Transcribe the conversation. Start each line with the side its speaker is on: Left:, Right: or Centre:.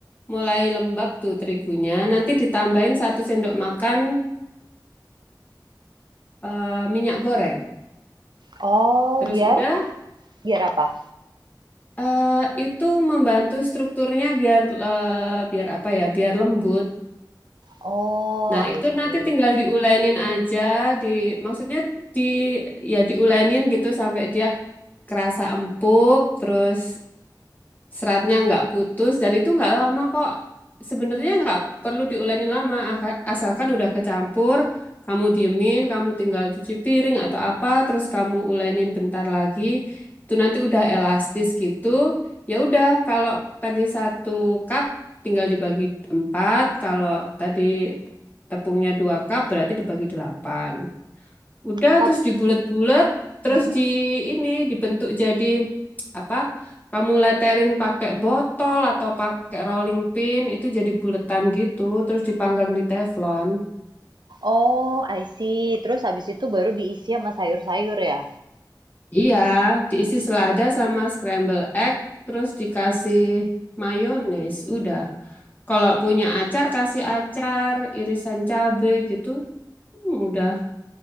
Left: mulai lembab tuh terigunya. Nanti ditambahin satu sendok makan eh, minyak goreng.
Right: oh,
Left: Terus
Right: biar
Left: udah
Right: Biar apa?
Left: eh, itu membantu strukturnya biar eh, biar apa ya? Biar lembut.
Right: Oh,
Left: Nah,
Right: I
Left: itu nanti
Right: see.
Left: tinggal diulenin aja di maksudnya di ya diulenin gitu sampai dia kerasa empuk terus seratnya nggak putus dan itu nggak lama kok. Sebenarnya nggak perlu diuleni lama aka- asalkan udah kecampur, kamu diemin, kamu tinggal cuci piring atau apa, terus kamu ulenin bentar lagi. Itu nanti udah elastis gitu. Ya udah kalau tadi satu cup tinggal dibagi empat, kalau tadi tepungnya dua cup berarti dibagi delapan. Udah
Right: Tap,
Left: terus dibulet-bulet, terus
Right: mm-mm.
Left: di ini dibentuk jadi apa? Kamu leterin pakai botol atau pakai rolling pin itu jadi buletan gitu, terus dipanggang di teflon.
Right: Oh, I see. Terus habis itu baru diisi sama sayur-sayur ya.
Left: Iya, diisi selada sama scramble egg, terus dikasih mayones. Udah. Kalau punya acar kasih acar, irisan cabe gitu. Hmm, udah